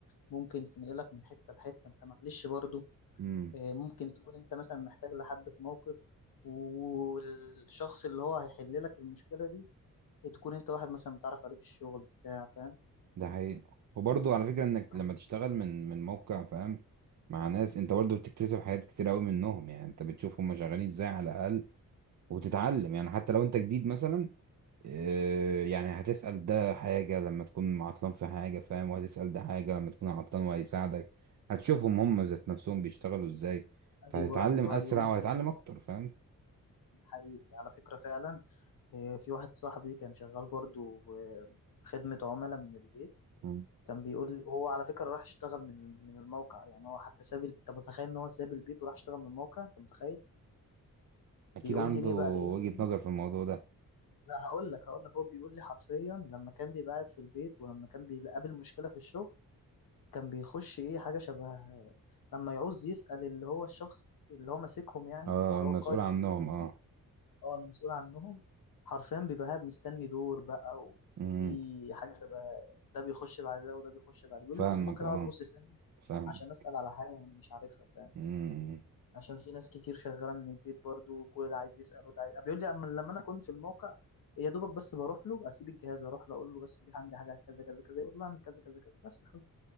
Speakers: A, on the left; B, on the right.
A: ممكن تنقلك من حتة لحتة أنت معلش برضو
B: امم
A: إيه، ممكن تكون أنت مثلا محتاج لحد في موقف والشخص اللي هو هيحل لك المشكلة دي تكون أنت واحد مثلا بتعرف عليه في الشغل بتاع فاهم؟
B: ده حقيقي وبرضو على فكرة انك
A: فاهم.
B: لما تشتغل من من موقع فاهم مع ناس انت برضو بتكتسب حاجات كتير قوي منهم يعني انت بتشوف هم شغالين ازاي على الاقل وتتعلم يعني حتى لو انت جديد مثلا آه، يعني هتسأل ده حاجة لما تكون عطلان في حاجة فاهم وهتسأل ده حاجة لما تكون عطلان وهيساعدك هتشوفهم هم ذات نفسهم بيشتغلوا ازاي فهتتعلم
A: أيوة أيوة
B: أسرع
A: أيوة ممكن
B: وهتتعلم
A: تسأل
B: أكتر فاهم
A: حقيقي على فكرة فعلا آه، في واحد صاحبي كان شغال برضو آه، خدمة عملاء من البيت
B: مم.
A: كان بيقول لي هو على فكرة راح اشتغل من من الموقع يعني هو حتى ساب ال- انت متخيل ان هو ساب البيت وراح اشتغل من الموقع انت متخيل
B: أكيد
A: بيقول
B: عنده
A: لي ليه بقى لان
B: وجهة
A: بيقول لي
B: نظر في الموضوع ده
A: لا هقول لك هقول لك هو بيقول لي حرفيا لما كان بيبقى قاعد في البيت ولما كان بيقابل مشكلة في الشغل كان بيخش ايه حاجة شبه لما يعوز يسأل اللي هو الشخص اللي هو ماسكهم يعني
B: اه
A: اللي
B: المسؤول
A: هو قائد
B: عنهم
A: التيم
B: اه
A: اه المسؤول عنهم حرفيا بيبقى قاعد مستني دور بقى وفي
B: امم
A: حاجة شبه ده بيخش بعد ده وده بيخش بعد بيقول
B: فاهمك
A: لي كنت ممكن
B: اه
A: أقعد نص سنة
B: فاهم
A: عشان أسأل على حاجة أنا مش عارفها فاهم
B: امم
A: عشان في ناس كتير شغالة من البيت برضو وكل ده عايز يسأل وده عايز بيقول لي أما لما أنا كنت في الموقع يا دوبك بس بروح له أسيب الجهاز أروح له أقول له بس دي عندي حاجة كذا كذا كذا يقول له أعمل كذا كذا كذا بس خلص